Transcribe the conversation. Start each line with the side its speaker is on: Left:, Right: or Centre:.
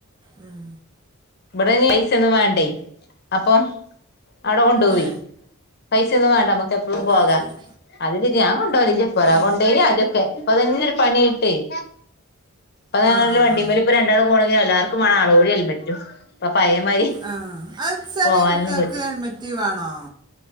Right: ഉം.
Left: ഇവിടെ പൈസ ഒന്നും വേണ്ടേ അപ്പം അവിട കൊണ്ടു പോവും
Right: ഏ
Left: പൈസ ഒന്നും വേണ്ട നമ്മക് എപ്പഴും പോക.
Right: അത് ശരി
Left: അത്ശെരിയാ ഞാൻ കൊണ്ടോവലില്ലപ്പോ, ഞാൻ
Right: ഏ
Left: കൊണ്ടേയിന് ആദ്യക്കെ. ഇപ്പോതന്നെ ഒരു പണിട്ടെയ്. അപ്പ
Right: ആ ആ
Left: വണ്ടിമാരി
Right: ആ
Left: ഇപ്പൊ രണ്ടാൾ- പോണെങ്കിൽ എല്ലർക്കും മാണം ആളൂടി ഹെൽമെറ്റും. ഇപ്പൊ പഴേമാരി
Right: ആ അത് ചെറിയ
Left: പോവാനൊന്നും
Right: കുട്ടികൾക്ക്
Left: പറ്റും
Right: ഹെൽമെറ്റ് വേണോ?